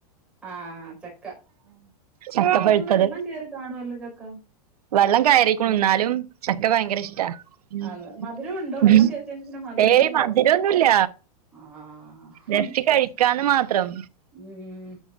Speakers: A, in the centre; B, on the right.
A: ആഹ് ചക്ക
B: ചക്ക
A: ഇപ്പങ്ങ്
B: പഴുത്തത്
A: വെള്ളം കേറി കാണുവല്ലോ ചക്ക
B: വെള്ളം കയറീക്കുണു ഇന്നാലും ചക്ക ഭയങ്കര ഇഷ്ടാ <unintelligible>
A: ആന്ന് മധുരം ഉണ്ടോ വെള്ളം കേറി കഴിഞ്ഞാ പിന്നെ മധുരത്തിന്
B: ഏയ് മധിരൊന്നുല്ല
A: കൊറവ് ആഹ്
B: ജസ്റ്റ് കഴിക്കാന്ന് മാത്രം
A: ഉം